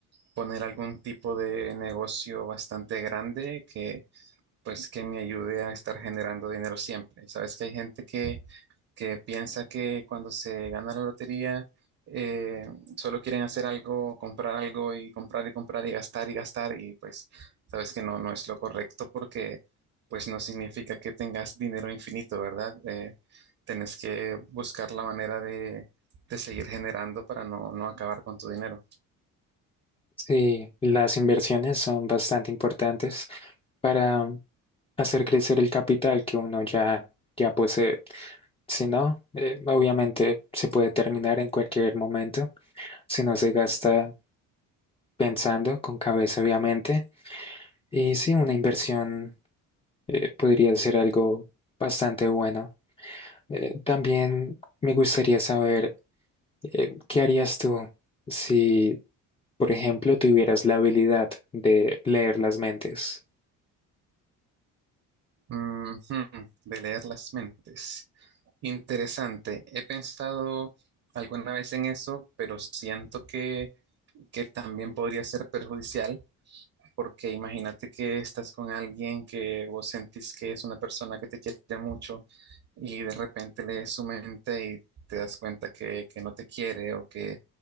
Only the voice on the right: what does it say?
poner algún tipo de negocio bastante grande que, pues, que me ayude a estar generando dinero siempre. Sabes que hay gente que que piensa que cuando se gana la lotería eh, solo quieren hacer algo, comprar algo y comprar y comprar y gastar y gastar y pues sabes que no, no es lo correcto porque pues no significa que tengas dinero infinito, ¿verdad? Eh, tenés que buscar la manera de, de seguir generando para no, no acabar con tu dinero.
Ujú, De leer las mentes. Interesante. He pensado alguna vez en eso, pero siento que que también podría ser perjudicial, porque imagínate que estás con alguien que vos sentís que es una persona que te quiere mucho y de repente lees su mente y te das cuenta que, que no te quiere o que,